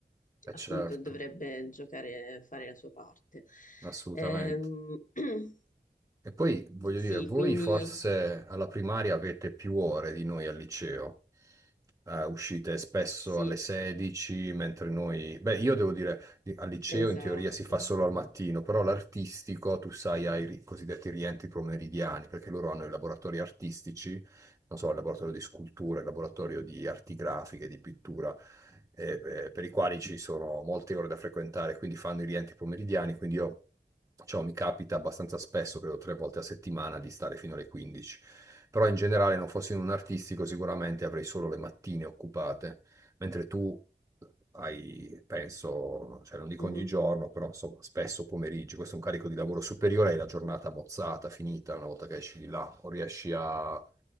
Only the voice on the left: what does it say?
appunto
dovrebbe giocare, fare la sua parte.
Ehm, <clears throat>
sì,
quindi
sì,
esatto.
Mhm.